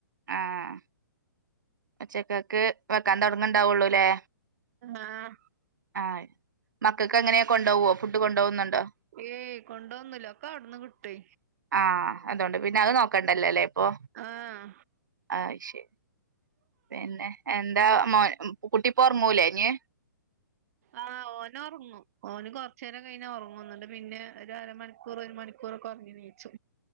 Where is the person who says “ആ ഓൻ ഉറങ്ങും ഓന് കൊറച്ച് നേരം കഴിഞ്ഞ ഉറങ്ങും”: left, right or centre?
Right